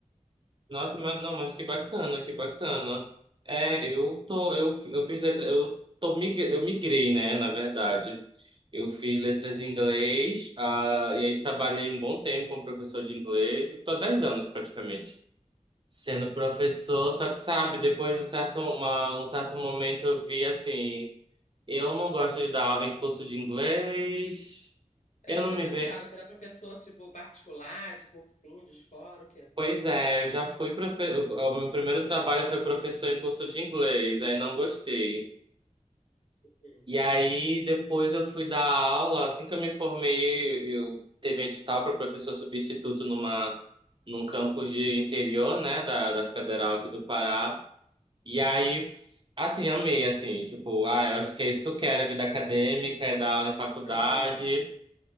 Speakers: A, on the right; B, on the left.
A: Nossa,
B: sabe?
A: mas, não, mas que bacana, que bacana. É, eu tô, eu, fi- eu fiz letra, eu tô, migre- eu migrei, né, na verdade. Eu fiz letras em inglês, ah, e aí trabalhei um bom tempo como professor de inglês, eu tô há 10 anos praticamente. Sendo professor, só que sabe, depois de um certo, uma, um certo momento eu vi assim, eu não gosto de dar aula em curso de inglês. Eu
B: É isso
A: não
B: que
A: me
B: eu perguntava.
A: vejo.
B: Será professor, tipo, particular, de cursinho, de escola, o quê?
A: Pois é, eu já fui professor. O meu primeiro trabalho foi professor em curso de inglês, aí não gostei.
B: Hum.
A: E aí depois eu fui dar aula, assim que eu me formei, eu teve um edital para professor substituto numa num campus de interior, né, da, da Federal aqui do Pará. E aí f- assim, amei assim, tipo, ah, eu acho que é isso que eu quero, é vida acadêmica, é dar aula em faculdade.
B: Aham.